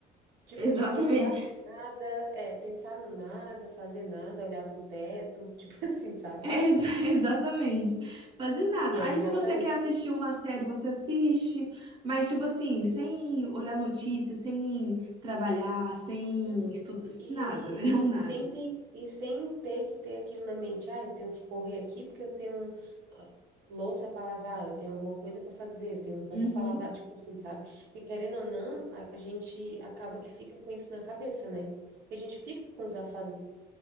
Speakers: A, on the right; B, on the right.
A: tipo,
B: exatamente.
A: pensar nada, é, pensar no nada, fazer nada, olhar para o teto, <laughs> tipo assim, sabe?
B: É, ex- <laughs> exatamente. Fazer nada.
A: E é
B: Aí,
A: exatamente.
B: se você quer assistir uma série, você assiste, mas, tipo assim, sem olhar notícias, sem trabalhar, sem estudar,
A: E,
B: nada, né? <laughs> Um nada.
A: e, e sem ter, e sem ter que ter aquilo na mente, ah, eu tenho que correr aqui porque eu tenho ah, louça para lavar, eu tenho alguma coisa para fazer, eu tenho roupa
B: Uhum.
A: para lavar, tipo assim, sabe? Porque querendo ou não, a gente acaba que fica com isso na cabeça, né? Porque a gente fica com os afazeres,